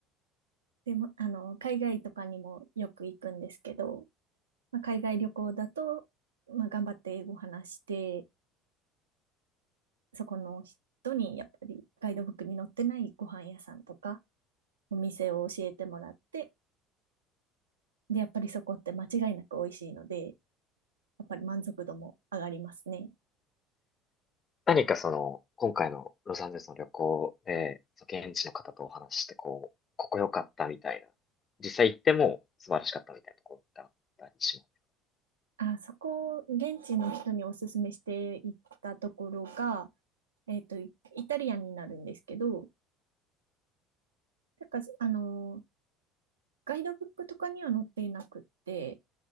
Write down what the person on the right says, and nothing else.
でも、あの、海外とかにもよく行くんですけど、まあ、海外旅行だと、まあ、頑張って英語話して、そこの人にやっぱりガイドブックに載ってないご飯屋さんとかお店を教えてもらって、で、やっぱりそこって間違いなく美味しいので、やっぱり満足度も上がりますね。
あ、そこ、現地の人におすすめしていったところが、えっと、イイタリアンになるんですけど、なんか、あの、ガイドブックとかには載っていなくって、